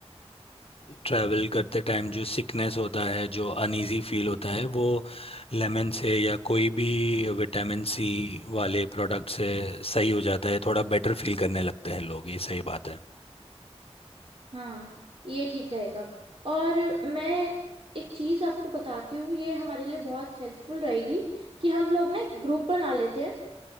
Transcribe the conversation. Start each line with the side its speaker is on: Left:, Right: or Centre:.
Left: ट्रैवल करते टाइम जो सिकनेस होता है जो अनइजी फील होता है वो लेमन से या कोई भी विटामिन सी वाले प्रोडक्ट से सही हो जाता है थोड़ा बेटर फील करने लगते हैं लोग ये सही बात है
Right: हाँ ये ठीक रहेगा और मैं एक चीज आपको बताती हूँ ये हमारे लिए बहुत हेल्पफुल रहेगी कि हम लोग ना एक ग्रुप बना लेते हैं